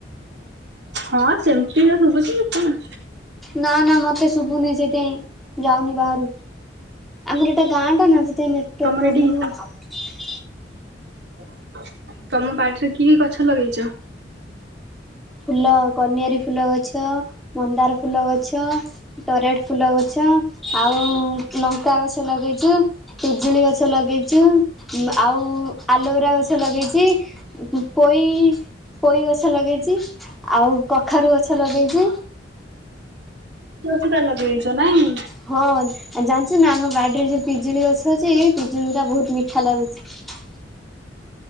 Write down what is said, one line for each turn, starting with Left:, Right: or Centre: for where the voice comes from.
Right: ହଁ ସେମିତି ତ ଶୁଭୁଛି କଣ ଅଛି?
Centre: ନା ନା ମତେ ଶୁଭୁନି ସେଇଥିାଇଁ ଯାଉନି ବାହାରୁ ଆମର ଏଟା ଗାଁ ଟା ନା ସେଥିପାଇଁ ନେଟଟ୍ୱାର୍କ
Right: ତମର
Centre: ପ୍ରୋବ୍ଲେମ
Right: ଏଠି
Centre: ହଉଛି।
Right: <inaudible> ତମ ବାଡିରେ କି କି ଗଛ ଲଗେଇଛ?
Centre: ଫୁଲ କନିଆରୀ ଫୁଲ ଗଛ ମନ୍ଦାର ଫୁଲ ଗଛ, ଟରାଟ ଫୁଲ ଗଛ, ଆଉ ଲଙ୍କା ଗଛ ଲଗେଇଛୁ, ପିଜୁଳି ଗଛ ଲଗେଇଛୁ, ଆଉ ଆଲୋଭେରା ଗଛ ଲଗେଇଛି, ପୋଇ ପୋଇ ଗଛ ଲଗେଇଛି ଆଉ କଖାରୁ ଗଛ ଗଛ ଲାଗେଇଛି,
Right: ଏତେ ଗଛ ତାହେଲେ ଲଗେଇ ଦେଇଛ ନାଇଁ,
Centre: ହଁ ଜାଣିଛୁ ନା ଆମ ବାଡିରେ ଯୋଉ ପିଜୁଳି ଗଛ ଅଛି ପିଜୁଳି ଟା ବହୁତ ମିଠା ଲାଗୁଛି,